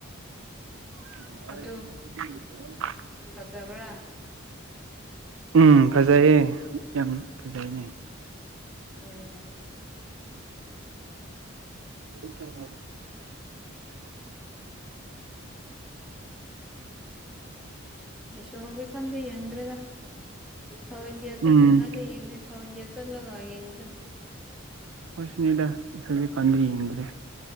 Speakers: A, on the right; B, in the centre.
A: <inaudible>
B: ꯑꯗꯨ ꯐꯖꯕ꯭ꯔꯥ
A: ꯎꯝ ꯐꯖꯩꯌꯦ ꯌꯥꯝ ꯐꯖꯩꯅꯦ
B: ꯎꯝ
A: ꯑꯗꯨ ꯎꯝ
B: ꯣ ꯍꯧꯖꯤꯛꯛꯇꯝꯗꯤ ꯌꯦꯡꯗ꯭ꯔꯦꯒ ꯁꯥꯎꯠ ꯏꯟꯗꯤꯌꯥ ꯆꯠꯇ꯭ꯔꯤꯉꯥꯗ
A: ꯎꯝ
B: ꯌꯦꯡꯉꯦ ꯁꯥꯎꯠ ꯏꯟꯗꯤꯌꯥ ꯆꯠꯂꯒ ꯌꯦꯡꯗ꯭ꯔꯦ
A: ꯈꯁꯅꯤ ꯏꯂ ꯀꯥꯟ꯭ꯔꯤ ꯌꯦꯟ꯭ꯔꯦ <unintelligible>